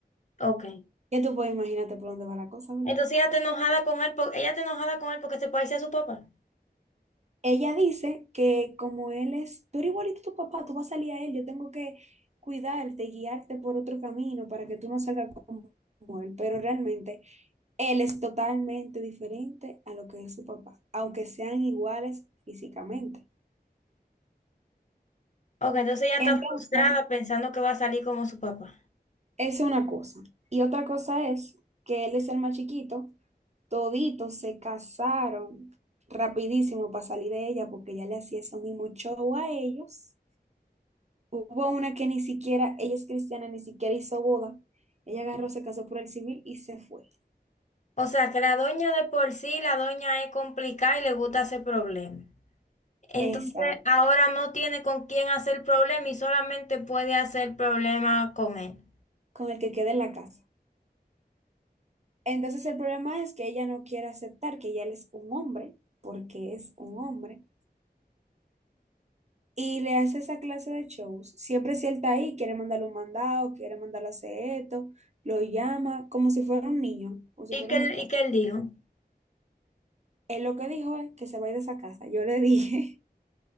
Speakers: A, on the left (about 45°); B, on the right (about 40°).
A: Ok.
B: Ya tú puedes imaginarte por dónde va la cosa, ¿verdad?
A: Entonces ella está enojada con él, po- ella está enojada con él porque se parece a su papá.
B: Ella dice que como él es, tú eres igualito a tu papá, tú vas a salir a él, yo tengo que cuidarte, guiarte por otro camino para que tú no salgas como él, pero realmente él es totalmente diferente a lo que es su papá, aunque sean iguales físicamente.
A: Ok, entonces ella
B: Entonces,
A: está frustrada pensando que va a salir como su papá.
B: esa es una cosa. Y otra cosa es que él es el más chiquito Toditos se casaron rapidísimo para salir de ella porque ella le hacía eso mismo show a ellos. Hubo una que ni siquiera, ella es cristiana, ni siquiera hizo boda. Ella agarró, se casó por el civil y se fue.
A: O sea, que la doña de por sí, la doña es complicada y le gusta hacer problemas. Entonces
B: Exacto,
A: ahora no tiene con quién hacer problema y solamente puede hacer problema con él.
B: con el que queda en la casa. Entonces el problema es que ella no quiere aceptar que ella él es un hombre, porque es un hombre, y le hace esa clase de shows. Siempre si él está ahí, quiere mandarle un mandado, quiere mandarle a hacer esto, lo llama como si fuera un niño, como si
A: ¿Y
B: fuera
A: qué,
B: un
A: él-
B: muchacho.
A: y qué él dijo?
B: Él lo que dijo es que se va a ir de esa casa. Yo le dije